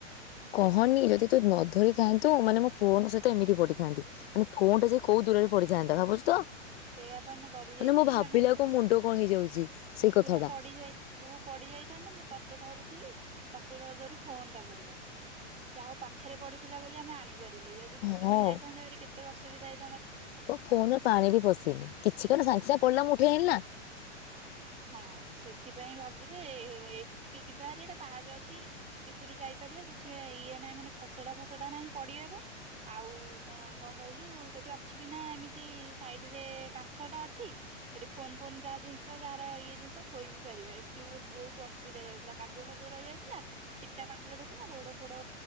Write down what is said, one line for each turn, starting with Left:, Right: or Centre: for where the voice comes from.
Left: କହନି ଯଦି ତୁ ନ ଧରିଥାନ୍ତୁ ମାନେ ମୋ ଫୋନ୍ ସହିତ ଏମିତି ପଡିଥାନ୍ତି। ମାନେ ଫୋନ୍ ଟା ସେ କୋଉ ଦୂରରେ ପଡିଥାନ୍ତା ଭାବୁଛୁ ତ।
Right: ସେଆ ପା ମୁଁ ଡରି ଯାଇଥିଲି
Left: ମୁଁ ଭାବିଲାକୁ
Right: ମାନେ ତୁ
Left: ମୁଣ୍ଡ କଣ ହେଇଯାଉଛି ସେଇ କଥା
Right: ତୁ
Left: ଟା
Right: ପଡି ଯାଇ ତୁ ପଡିଯାଇ ଥାନ୍ତ ମୁଁ ତତେ ଧରୁ ଥିଲି ତତେ ଧରୁ ଧରୁ ଫୋନ ଟା ପଡିଗଲା ଯାହା ହଉ ପାଖରେ ପଡିଥିଲା ବୋଲି ଆମେ ଆଣି ପାରିଲେ ଯଦି ଭିତରକୁ
Left: ହଁ।
Right: ଯାଇଥାନ୍ତେେ କେତ ଅସୁବିଧା ହେଇ
Left: ଓ ଫୋନରେ ପାଣି ବି ପଶିନି କିଛି କଣ ସାଙ୍ଗେ ସାଙ୍ଗେ ପଡିଲା ମୁଁ ଉଠେଇ ଆଣିଲି ନା।
Right: ହଁ ସେଥିପାଇଁ ଭାବୁଛି ଏ ଏଠିକି ଯିବା ହେରି ଏଇଠି ପାହାଚ ଅଛି। ଭିତରୁ ଯାଇପାରିବା କିଛି ଇଏ ନାହିଁ ମାନେ ଖସଡା ଫସଡା ନାହିଁ ପଡିବା ପାଇଁ ଆଉ କଣ କହିଲୁ ସେଠି ଅଛି ବି ନା ଏମିତି ସାଇଡରେ କାନ୍ଥଟା ଅଛି ସେଠି ଫୋନ ଫୋନ ଯାହା ଜିନିଷ ଯା ଇଏ ଜିନିଷ ଥୋଇବି ପାରିବା ଏଠି ଗୋଟେ ବହୁତ୍ ଅସୁବିଧା ହୋଇଯାଉଥିଲା କାଦୁଅ ଫାଦୁଆ ରହିଯାଉଥିଲା ଚିକିଟା ମାଟିି ଦେଖୁନୁ ଗୋଡ଼ ଫୋଡ଼